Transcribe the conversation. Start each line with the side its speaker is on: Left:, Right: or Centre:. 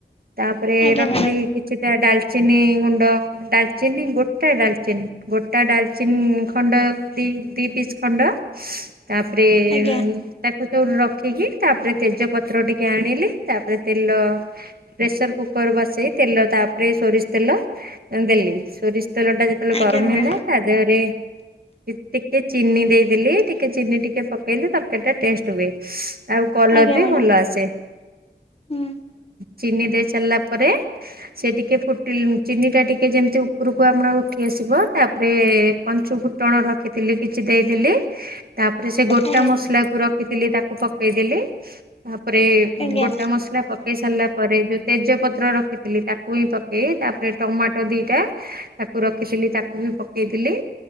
Right: ତାପରେ
Left: ଆଜ୍ଞା
Right: ରଖିଲି
Left: ମ୍ୟାଡ଼ାମ
Right: କି କିଛିଟା ଡାଲଚିନି ଗୁଣ୍ଡ ଡାଲଚିନି ଗୋଟା ଡାଲଚିନି ଗୋଟା ଡାଲଚିନି ଖଣ୍ଡ ଦି ଦି ପିସ୍ ଖଣ୍ଡ ତାପରେ ତା
Left: ଆଜ୍ଞା
Right: ସେଥିରୁ ଗୁଟେ ରଖିକି ତାପରେ ତେଜପତ୍ର ଟିକେ ଆଣିଲି ତାପରେ ତେଲ ପ୍ରେସର କୁକର ବସେଇ ତେଲ ତାପରେ ସୋରିଷ ତେଲ ଦେଲି ସୋରିଷ ତେଲଟା ଯେତ ତେବେଳେ
Left: ଆଜ୍ଞା
Right: ଗରମ
Left: ମ୍ୟାଡ଼ାମ
Right: ହେଲା ତା ଦେହରେ ଟି ଟିକେ ଚିନି ଦେଇଦେଲି ଟିକେ ଚିନି ଟିକେ ପକେଇଲେ ତରକାରୀ ଟା ଟେଷ୍ଟ ହୁଏ। ଆଉ କଲର
Left: ଆଜ୍ଞା
Right: ବି
Left: ମ୍ୟାଡ଼ାମ।
Right: ଭଲ ଆସେ।
Left: ହୁଁ।
Right: ଚିନି ଦେଇ ସାରିଲା ପରେ ସେ ଟିକେ ଫୁଟିଲ ଚିନି ଟା ଟିକେ ଯେମିତି ଉପରୁକୁ ଆମର ଉଠି ଆସିବ ତାପରେ ପଞ୍ଚୁ ଫୁଟଣ ରଖିଥିଲି କିଛି ଦେଇଦେଲି ତାପରେ ସେ ଗୋଟା
Left: ଆଜ୍ଞା
Right: ମସଲାକୁ ରଖ ରଖିଥିଲି ତାକୁ ପକେଇଦେଲି ତାପରେ
Left: ଆଜ୍ଞା
Right: ଗୋଟା ମସଲା ପକେଇସାରିଲା ପରେ ଯୋଉ ତେଜପତ୍ର ରଖିଥିଲି ତାକୁ ହିଁ ପକେଇ ତାପରେ ଟମାଟୋ ଦିଟା ତାକୁ ରଖିଥିଲି ତାକୁ ବି ପକେଇଦେଲି।